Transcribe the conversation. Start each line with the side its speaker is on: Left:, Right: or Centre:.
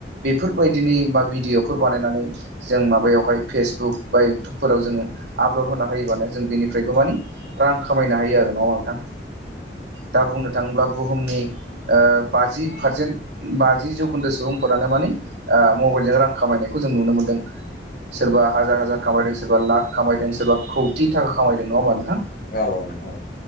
Right: बेफोरबायदिनि मा भिडिअफोर बानायनानै जों माबायावहाय फेसबुक बा इउटुबफोराव जोङो आपलड होना होयोबानो जों बेनिफ्रायबो मानि रां खामायनो हायो आरो नङा होमबा नोंथां दा बुंनो थाङोब्ला बुहुमनि ओ बाजि पारसेन्ट बाजि जौखोन्दो सुबुंफोरानो माने ओ मबाइलजों रां खामायनायखौ जों नुनो मोनदों सोरबा हाजार हाजार खामायदों। सोरबा लाख खामायदों सोरबा खौथि थाखा खामायदों नङा होमबा? नोंथां
Left: औ औ नोंथां औ